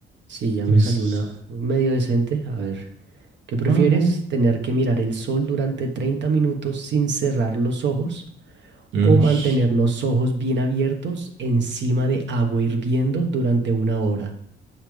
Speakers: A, on the right; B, on the right.
A: Sí, ya
B: Tienes.
A: me salió una medio decente. A ver. ¿Qué prefieres?
B: Vamos.
A: ¿Tener que mirar el sol durante 30 minutos sin cerrar los ojos
B: Ush.
A: o mantener los ojos bien abiertos encima de agua hirviendo durante una hora?